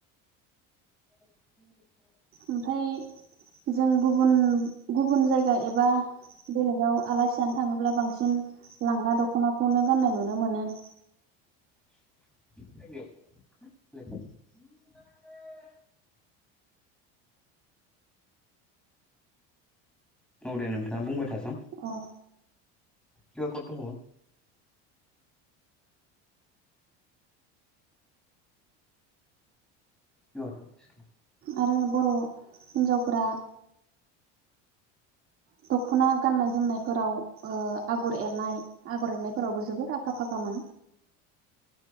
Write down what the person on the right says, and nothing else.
ओमफाय जों गुबुन गुबुन जायगा एबा बेलेगाव आलासि जानो थांङोब्ला बांसिन लांगा दख'नाखौनो गाननाय नुनो मोनो <inaudible>
अ
आरो बर' हिन्जावफोरा दख'ना गाननाय जोमनायफोराव ओ आगर एरनाय आगर एरनायफोरावबो जोबोद आखा फाखा मोन